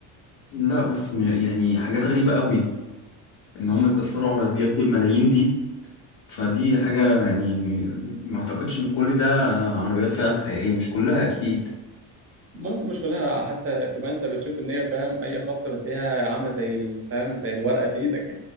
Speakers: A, on the left; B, on the right.
A: لا بس م- يعني حاجات غريبه قوي ان هم يكسروا عربيات بالملايين دي فدي حاجه يعني ما اعتقدش ان كل ده عربيات فعلا حقيقيه مش كلها اكيد
B: ممكن مش كلها حتى كمان انت بتشوف ان هي فاهم اي خبطه بتلاقيها عامله زي الفهم زي الورقه في ايدك